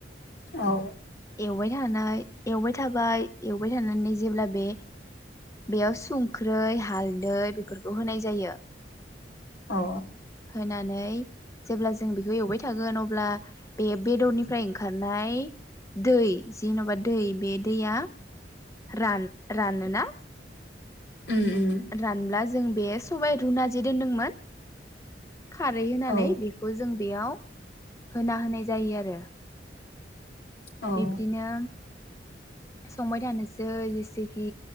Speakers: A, on the left; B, on the left.
A: औ
B: एवबाय थानाय एवबाय थाबाय एवबाय थानानै जेब्ला बे बेयाव संख्रै हालदै बेफोरखौ होनाय जायो
A: औ
B: होनानै जेब्ला जों बेखौ एवबाय थागोन अब्ला बे बेदरनिफ्राय ओंखारनाय दै जेन'बा दै बे दैया रान रानो ना
A: उम उम
B: रानब्ला जों बे सबाइ रुना जे दोनदोंमोन खारै होनानै
A: औ
B: बेखौ जों बेयाव होना होनाय जायो आरो
A: औ उम
B: बिबदिनो संबाय थानोसै जेसेखि